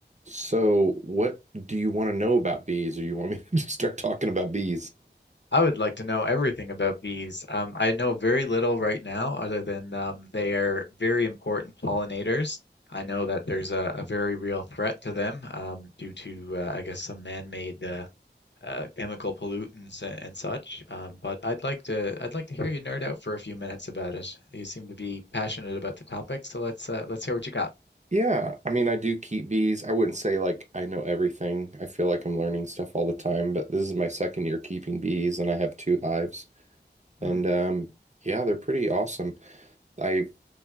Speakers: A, on the right (about 40°); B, on the left (about 75°).
A: So, what do you want to know about bees, or you want me <laughs> to just start talking about bees?
B: I would like to know everything about bees. Um, I know very little right now, other than um, they are very important pollinators. I know that there's a, a very real threat to them um, due to, uh, I guess, some man-made uh, uh, chemical pollutants and, and such. Um, but I'd like to, I'd like to hear you nerd out for a few minutes about it. You seem to be passionate about the topic, so let's uh, let's hear what you got.
A: Yeah, I mean, I do keep bees. I wouldn't say like I know everything. I feel like I'm learning stuff all the time, but this is my second year keeping bees, and I have two hives. And
B: Hmm.
A: um, yeah, they're pretty awesome. I, you